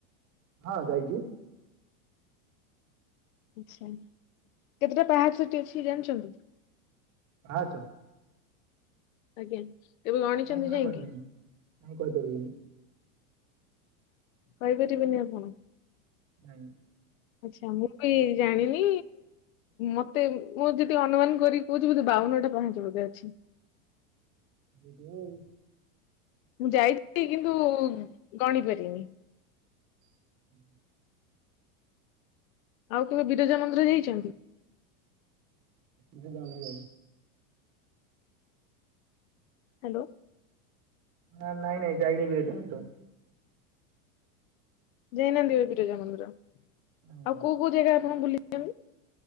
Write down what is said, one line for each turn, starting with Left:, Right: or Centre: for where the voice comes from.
Right: ହଁ ଯାଇଚି।
Left: ଆଚ୍ଛା କେତେଟା ପାହାଚ ସେଠି ଅଛି ଜାଣିଛନ୍ତି?
Right: ପାହାଚ?
Left: ଆଜ୍ଞା କେବେ ଗଣିଛନ୍ତି
Right: ନାଇଁ ସେଟା
Left: ଯାଇକି?
Right: କହିପାରିବିନି ନାଇଁ କହିପାରିବିନି
Left: କହି ପରିବେନି ଆପଣ?
Right: ନାଇଁ।
Left: ଆଚ୍ଛା ମୁଁ ବି ଜାଣିନି ମତେ ମୁଁ ଯଦି ଅନୁମାନ କରି କହୁଛି ବୋଧେ ବା ଆଉନ ଟା ପାହାଚ ବୋଧେ ଅଛି।
Right: ଦେଖିଆ ଆଉ।
Left: ମୁଁ ଯାଇଛି କିନ୍ତୁ ଗଣି ପାରିନି।
Right: <inaudible>
Left: ଆଉ କେବେ ବିରଜା ମନ୍ଦିର ଯାଇଛନ୍ତି?
Right: ଦି ଜଣ ଯାଉଛୁ।
Left: ହ୍ୟାଲୋ।
Right: ନା ନାଇଁ ନାଇଁ ଯାଇନି ବିରଜା ମନ୍ଦିର।
Left: ଯାଇନାହାନ୍ତି କେବେ ବିରଜା ମନ୍ଦିର
Right: ମନ୍ଦିର।
Left: ଆଉ କୋଉ କୋଉ ଜାଗା ଆପଣ ବୁଲିଛନ୍ତି?